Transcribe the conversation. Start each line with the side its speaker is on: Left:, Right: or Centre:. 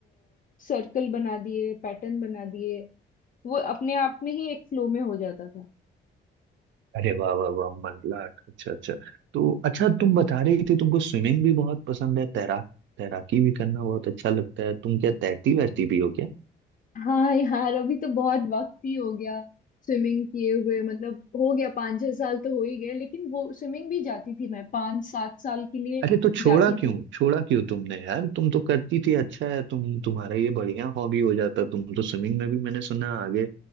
Left: सर्कल बना दिए पैटर्न बना दिए वो अपने आप में ही एक फ्लो में हो जाता था
Right: अरे वाह वाह वाह मंडलाट अच्छा अच्छा तो अच्छा तुम बता रही थी तुमको स्विमिंग भी बहुत पसंद है तैराक तैराकी भी करना बहुत अच्छा लगता है तुम क्या तैरती वैरती भी हो क्या
Left: हाँ यार अभी तो बहुत वक्त ही हो गया स्विमिंग किए हुए मतलब हो गया पाँच छह साल तो हो ही गए लेकिन वो स्विमिंग भी जाती थी मैं पाँच सात साल के लिए
Right: अरे तो छोड़ा
Left: जाती थी
Right: क्यों छोड़ा क्यों तुमने यार तुम तो करती थी अच्छा है तुम तुम्हारा ये बढ़िया हॉबी हो जाता तुम तो स्विमिंग में भी मैंने सुना आगे